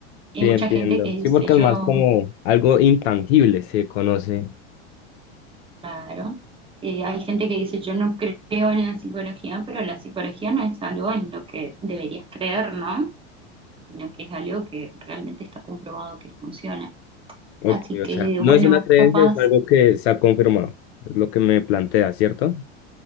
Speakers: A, on the right; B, on the left.
A: Hay
B: Sí,
A: mucha
B: entiendo.
A: gente que dice
B: Sí, porque
A: yo,
B: es más como algo intangible, se conoce.
A: claro, eh, hay gente que dice yo no creo en la psicología, pero la psicología no es algo en lo que deberías creer, ¿no? Sino que es algo que realmente está comprobado que funciona.
B: Ok,
A: Así que
B: o sea, no
A: bueno,
B: es una creencia,
A: capaz
B: es algo que se ha confirmado. Es lo que me plantea, ¿cierto?